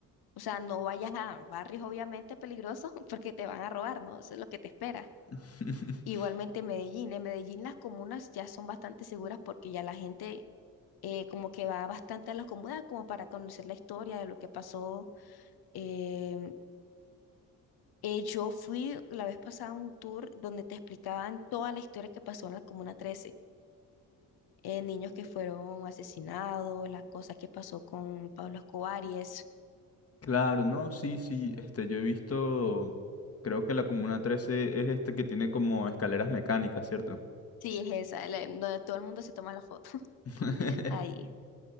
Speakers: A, on the left (about 60°); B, on the left (about 35°).
A: O sea, no vayas a barrios obviamente peligrosos <laughs> porque te van a robar, ¿no? Eso es lo que te espera.
B: <laughs>
A: Igualmente Medellín. En Medellín las comunas ya son bastante seguras porque ya la gente eh, como que va bastante a las comunas como para conocer la historia de lo que pasó. Em, eh, yo fui la vez pasada a un tour donde te explicaban toda la historia que pasó en la Comuna 13. eh, niños que fueron asesinados, las cosas que pasó con Pablo Escobar y eso.
B: Claro, no, sí, sí, este, yo he visto, creo que la Comuna Trece es este que tiene como escaleras mecánicas, ¿cierto?
A: Sí, es esa, la- donde todo el mundo se toma la foto. <laughs>
B: <laughs>
A: Ahí.